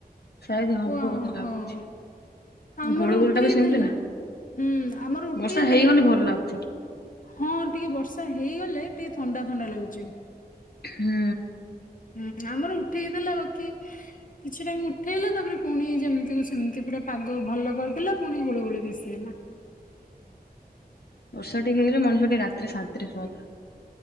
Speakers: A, on the left; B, on the left.
A: ସାୟଦ ହବ
B: ଓ
A: ବୋଧେ ଲାଗୁଛି
B: ହଉ ଆମର
A: ଗୁଳୁ ଗୁଳି
B: ଉଠେଇଥିଲା।
A: ଟା ବି ସେମିତି ନା
B: ହୁଁ ଆମର ଉଠେଇଥିଲା।
A: ବର୍ଷା ହେଇଗଲେ ଭଲ ଲାଗୁଛି
B: ହଁ ଟିକିଏ ବର୍ଷା ହେଇଗଲେ ଟିକିଏ ଥଣ୍ଡା ଥଣ୍ଡା ଲାଗୁଛି।
A: ହୁଁ।
B: ହୁଁ ଆମର ଉଠେଇ ଦେଲା ବାକି କିଛି ଟାଇମ ଉଠେଇଲା ତାପରେ ପୁଣି ଯେମିତି କୁ ସେମିତି ପୁରା ପାଗ ଭଲ କରିଦେଲା ପୁଣି ଗୁଳ ଗୁଳି ବେଶି ହେଲା।
A: ବର୍ଷା ଟିକିଏ ହେଲେ ମଣିଷ ଟିକେ ଶାନ୍ତିରେ ଶୁଅନ୍ତା।